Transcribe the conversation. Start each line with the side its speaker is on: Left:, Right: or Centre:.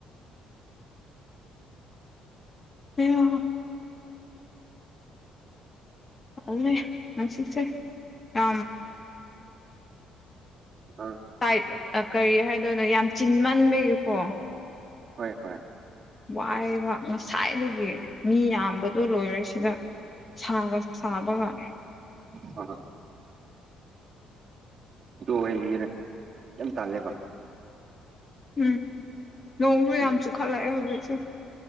Left: ꯑꯣ ꯑꯗꯨꯦ ꯃꯁꯤꯁꯦ ꯑ
Right: ꯍ
Left: ꯇꯥꯏꯠ ꯀꯔꯤ ꯍꯥꯏꯗꯣꯏꯅꯣ ꯌꯥꯝ ꯆꯤꯟꯃꯟꯕꯒꯤꯀꯣ
Right: ꯍꯣꯏ ꯍꯣꯏ
Left: ꯋꯥꯏꯕ ꯉꯁꯥꯏꯗꯒꯤ ꯃꯤ ꯌꯥꯝꯕꯗꯨꯣ ꯂꯣꯏꯔꯁꯤꯗ ꯁꯒ ꯁꯥꯕꯕ
Right: ꯍ ꯍꯣꯏ ꯗꯣ ꯑꯣꯏꯕꯤꯔ ꯌꯥꯝ ꯇꯥꯜꯂꯦꯕ
Left: ꯎꯝ ꯅꯣꯡꯁꯨꯨ
Right: ꯎꯝ
Left: ꯌꯥꯝ ꯆꯨꯈꯠꯂꯛꯑꯦ ꯍꯧꯖꯤꯛꯁꯨꯦ